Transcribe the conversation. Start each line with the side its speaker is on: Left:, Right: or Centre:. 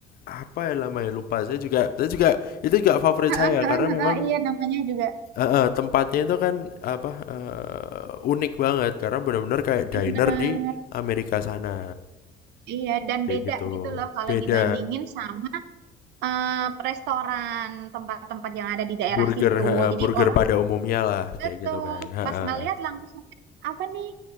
Left: apa ya namanya lupa. Saya juga saya juga itu juga favorit
Right: Ah,
Left: saya
Right: ah,
Left: karena
Right: ah, ah,
Left: memang
Right: ah, Iya, namanya juga
Left: Heeh, tempatnya itu kan apa eh, unik banget karena benar-benar kayak
Right: bener.
Left: diner di Amerika sana
Right: Iya, dan
Left: kayak
Right: beda
Left: gitu
Right: gitu loh kalau
Left: beda
Right: dibandingin sama eh, restoran tempat-tempat yang ada di daerah
Left: burger
Right: situ.
Left: heeh,
Right: Jadi
Left: burger
Right: orang
Left: pada umumnya lah
Right: betul
Left: kayak gitu kan Heeh.
Right: pas ngeliat langsung apa nih?